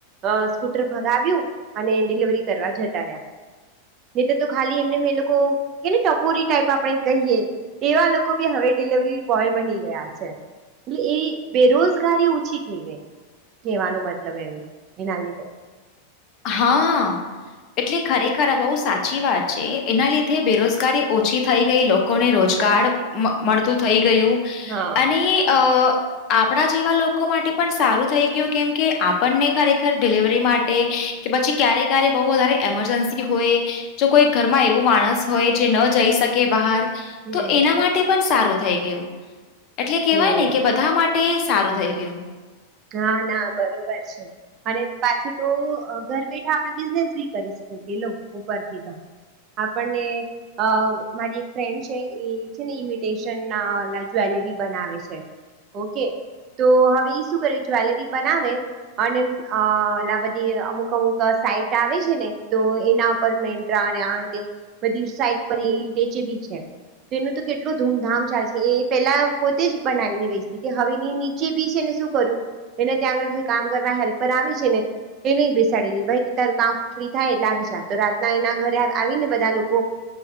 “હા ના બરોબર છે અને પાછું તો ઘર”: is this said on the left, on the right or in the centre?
Right